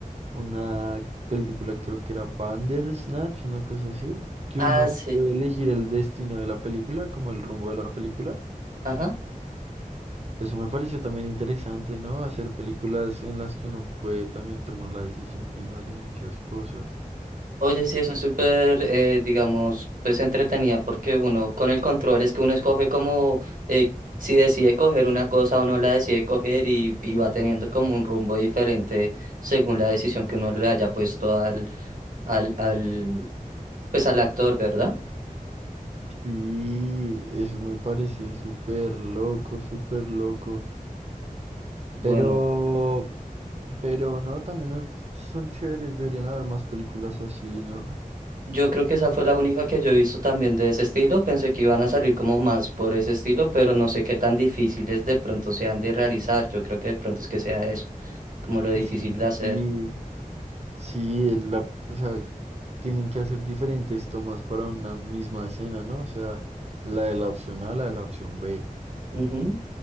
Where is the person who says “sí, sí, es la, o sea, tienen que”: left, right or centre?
Right